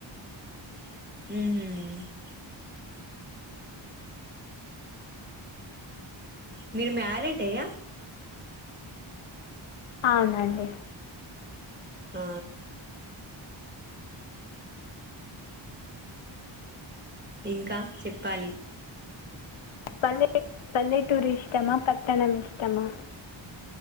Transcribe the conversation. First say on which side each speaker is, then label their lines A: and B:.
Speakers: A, on the right; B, on the left.
A: ఉహూ మీరు మ్యారేడ్ేయా
B: అవునండి
A: ఆ ఇంకా చెప్పాలి
B: పల పల్లెటూరు ఇష్టమా పట్టణం ఇష్టమా